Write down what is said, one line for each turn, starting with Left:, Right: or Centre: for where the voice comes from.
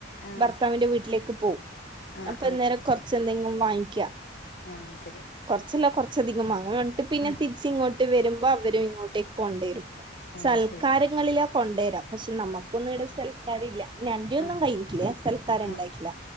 Left: ആഹ്
Right: ഭർത്താവിന്റെ വീട്ടിലേക്ക് പോവും
Left: ആഹ്
Right: അപ്പൊ
Left: ആഹ്
Right: എന്നേരം കൊറച്ച് എന്തെങ്കിലും വാങ്ങിക്കാ
Left: ആഹ് അത് ശരി
Right: കൊറച്ചല്ല കൊറച്ചധികം വാങ്ങാം അന്നിട്ട് പിന്നെ
Left: ആഹ്
Right: തിരിച്ച് ഇങ്ങോട്ട് വരുമ്പോ അവരും ഇങ്ങോട്ടേക്ക് കൊണ്ടേരും
Left: ആഹ്
Right: സൽക്കാരങ്ങളിലാ
Left: ശരി
Right: കൊണ്ടെരാ പക്ഷെ നമ്മക്കൊന്നും ഈടെ <unintelligible> പിന്നെ അന്റെ ഒന്നും
Left: ആഹ്
Right: കഴിഞ്ഞിട്ടില്ലേ സൽക്കാരം
Left: ആഹ്
Right: ഇണ്ടായിട്ടില്ല